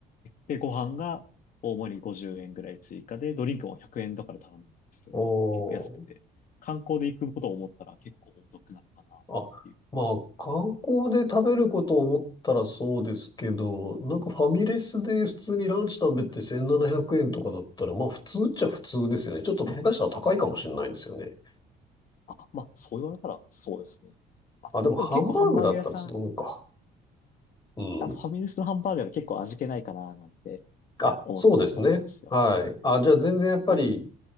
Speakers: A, on the left; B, on the left.
A: で、ご飯が大盛り50円ぐらい追加で、ドリンクも100円だから頼めるんですよ。
B: お
A: 結構安くて、
B: ー、
A: 観光で行くことを思ったら結構お得なのかなっていう。
B: あ、まあ、観光で食べることを思ったらそうですけど、なんかファミレスで普通にランチ食べて1700円とかだったら、まあ、普通っちゃ普通ですよね。ちょっと、下手したら高いかもしれないですよね。
A: あ、まあ、そう言われたらそうですね。まあ、
B: あ、でも、
A: でも結構ハンバーグ屋さん、
B: ハンバーグだったらそのもんか。うん。
A: あファミレスのハンバーガーが結構味気ないかななんて
B: あ、
A: 思っちゃうと思うんですよ。
B: そうですね。はい。あ、じゃあ全然やっぱり、
A: あれ、